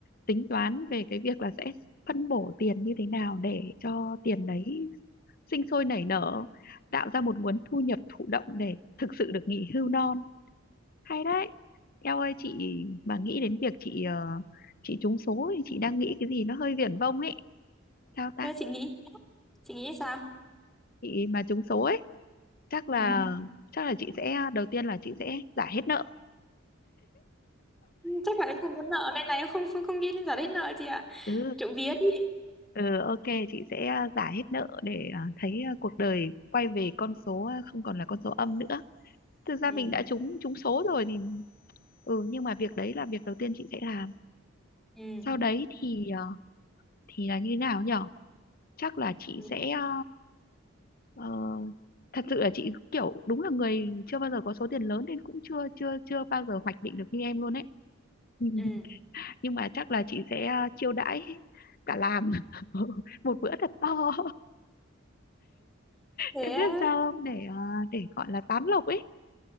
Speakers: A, on the left (about 45°); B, in the centre.
A: tính toán về cái việc là sẽ phân bổ tiền như thế nào để cho tiền đấy sinh sôi nảy nở tạo ra một nguồn thu nhập thụ động để thực sự được nghỉ hưu non hay đấy em ơi chị mà nghĩ đến việc chị ờ, chị trúng số thì chị đang nghĩ cái gì nó hơi viển vông ấy sao ta
B: Thế chị nghĩ chị nghĩ sao?
A: chị mà trúng số ấy chắc là
B: Ừ.
A: chắc là chị sẽ đầu tiên là chị sẽ giải hết nợ
B: chắc là em không có nợ nên là em không không không nghĩ đến giải hết nợ chị ạ
A: ừ
B: trộm vía đi
A: Ừ, ok, chị sẽ à, giả hết nợ để à, thấy à, cuộc đời quay về con số à, không còn là con số âm nữa. Thực ra
B: ừ
A: mình đã trúng trúng số rồi thì ừ nhưng mà việc đấy là việc đầu tiên chị sẽ làm.
B: ừ
A: Sau đấy thì à, thì là như thế nào nhở? Chắc là chị
B: Nhị-
A: sẽ à, ờ, thật sự là chị kiểu đúng là người chưa bao giờ có số tiền lớn nên cũng chưa chưa chưa bao giờ hoạch định được như em luôn ấy. <laughs>
B: ừ.
A: Nhưng mà chắc là chị sẽ à, chiêu đãi cả làm <laughs> một bữa thật to.
B: thế
A: em biết
B: á
A: sao không để ờ, để gọi là tám lộc ấy